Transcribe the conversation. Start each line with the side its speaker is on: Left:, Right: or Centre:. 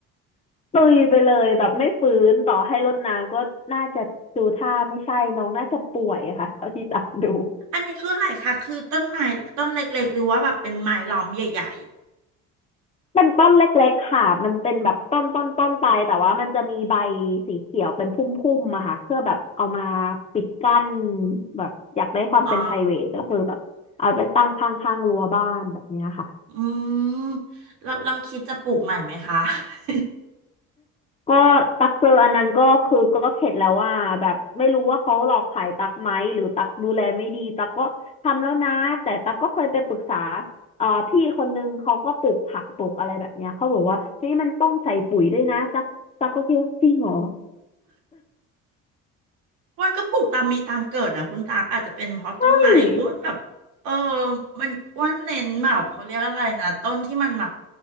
Left: ตุยไปเลยแบบไม่ฟื้นต่อให้รดน้ำก็น่าจะดูท่าไม่ใช่น้องน่าจะป่วยค่ะเท่าที่ตามดู
Right: อันนี้คืออะไรคะคือต้นไม้ต้นเล็กๆหรือว่าแบบเป็นไม้ล้อมใหญ่
Left: เป็นต้นเล็กๆค่ะมันเป็นแบบต้นต้นต้นไปแต่ว่ามันจะมีใบสีเขียวเป็นพุ่มๆอะค่ะเพื่อแบบเอามาปิดกั้นแบบอยากได้ความเป็น
Right: อ๋อ
Left: private ก็คือแบบเอาไปตั้งข้างๆรั้วบ้านแบบเนี้ยค่ะ
Right: อืมเราเราคิดจะปลูกใหม่ไหมคะ <laughs>
Left: ก็ตักเจออันนั้นก็คือก็เข็ดแล้วว่าแบบไม่รู้ว่าเขาหลอกขายตักไหมหรือตักดูแลไม่ดีตักก็ทำแล้วนะแต่ตักก็เคยไปปรึกษาเอ่อพี่คนนึงเขาก็ปลูกผักปลูกอะไรแบบเนี้ยเขาบอกว่าเฮ้ยมันต้องใส่ปุ๋ยด้วยนะตักตักก็คิดว่าจริงเหรอ
Right: อ้วนก็ปลูกตามมีตามเกิดนะคุณตากอาจจะเป็นเพราะต้นไม้อ้วนแบบเออ
Left: ย
Right: มันอ้วนเน้นแบบเขาเรียกอะไรนะต้นที่มันแบบ